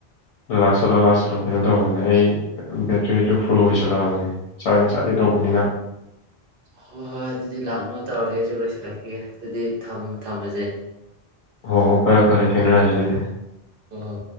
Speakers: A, on the left; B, on the right.
A: ꯂꯥꯛꯁꯤꯜꯂꯣ ꯂꯥꯛꯁꯤꯜꯂꯣ ꯀꯩꯅꯣ ꯇꯧꯕꯅꯦ ꯑꯩ ꯕꯦꯇ꯭ꯔꯤꯗꯨ ꯐꯨꯜ ꯑꯣꯏꯁꯜꯂꯛꯑꯕꯅꯦ ꯆꯥꯔꯁ ꯉꯁꯥꯏꯗꯩꯩ ꯇꯧꯕꯅꯤꯅ
B: ꯍꯣꯏ ꯍꯣꯏ ꯑꯗꯨꯗꯤ ꯂꯥꯛꯅꯨ ꯇꯧꯔꯒꯦ ꯑꯩꯁꯨ ꯂꯣꯏꯁꯤꯜꯂꯛꯈꯤꯒꯦ ꯑꯗꯨꯗꯤ ꯊꯝ ꯊꯝꯃꯖꯦ
A: ꯍꯣ ꯍꯣ ꯐꯔꯦ ꯐꯔꯦ ꯑꯗꯨꯗꯤ ꯊꯦꯡ ꯊꯦꯡꯅꯔꯁꯦ ꯑꯗꯨꯗꯤ
B: ꯑꯣ